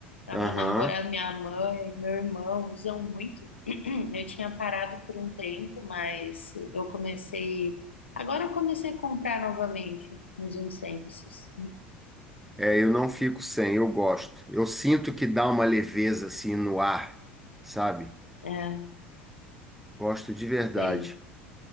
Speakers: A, on the left; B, in the centre.
A: Ah,
B: Aham.
A: meu namorado, minha mãe, meu irmão usam muito. <clears throat> Eu tinha parado por um tempo, mas eu comecei. Agora eu comecei a comprar novamente uns incensos.
B: É, eu não fico sem, eu gosto. Eu sinto que dá uma leveza assim no ar, sabe?
A: É,
B: Gosto de verdade.
A: sei.